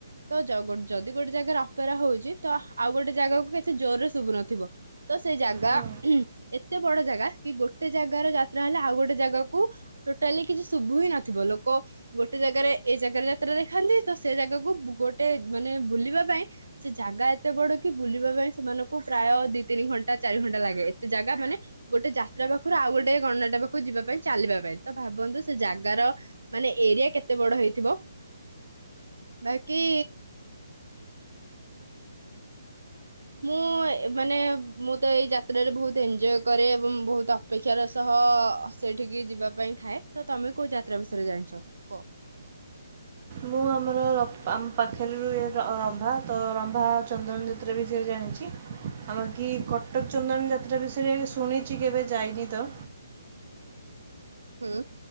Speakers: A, on the right (about 85°); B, on the right (about 40°).
A: ତ ଗ ଯଦି ଗୋଟେ ଜାଗାରେ କରା ହଉଛି। ତ ଆଉ ଗୋଟେ ଜାଗାକୁ କେତେ ଜୋରରେ ଶୁଭୁନଥିବ ତ ସେ ଜାଗାଁ
B: ହଁ
A: ଏତେ ବଡ ଜାଗା କି ଗୋଟେ ଜାଗାର ଯାତ୍ରା ହେଲେ ଆଉ ଗୋଟେ ଜାଗାକୁ ଟୋଟାଲି କିଛି ଶୁଭୁ ହିଁ ନଥିବ। ଲୋକ ଗୋଟେ ଜାଗାରେ ଏଇ ଜାଗାରେ ଯାତ୍ରା ଦେଖନ୍ତି। ତ ସେ ଜାଗାକୁ ଗୋଟେ ମାନେ ବୁଲିବା ପାଇଁ। ସେ ଜାଗା ଏତେ ବଡ କି ବୁଲିବା ପାଇଁ ସେମାନଙ୍କୁ ପ୍ରାୟ ଦି ତିନି ଘଣ୍ଟା ଚାରି ଘଣ୍ଟା ଲାଗେ। ଏତେ ଜାଗା ମାନେ ଗୋଟେ ଯାତ୍ରା ପାଖରୁ ଆଉ ଗୋଟେ ଗଣନାଟ୍ଯ ପାଖରୁ ଯିବା ପାଇଁ ଚାଲିବା ପାଇଁ ତ ଭାବନ୍ତୁ। ସେ ଜାଗାର ମାନେ ଏରିଆ କେତେ ବଡ ହେଇଥିବ। ବାକି ମୁଁ ମାନେ ମୁଁ ତ ଏଇ ଯାତ୍ରାରେ ବହୁତ ଏଞଜୟ କରେ। ଏବଂ ବହୁତ ଅପେକ୍ଷାର ସହ ସେଠିକି ଯିବା ପାଇଁ ଥାଏ। ତ ତମେ କୋଉ ଯାତ୍ରା ବିଷୟରେ ଜାଣିଛ କୁହ।
B: ମୁଁ ଆମର ର ଆମ ପାଖରେ ରୁହେ ର ରମ୍ଭା ତ ରମ୍ଭା ଚନ୍ଦନ ଯାତ୍ରା ବିଷୟରେ ଜାଣିଛି। ଆଉବାକି କଟକ ଚନ୍ଦନ ଯାତ୍ରା ବିଷୟରେ ଏମି ଶୁଣିଛି। କେବେ ଯାଇନି ତ।
A: ହୁଁ।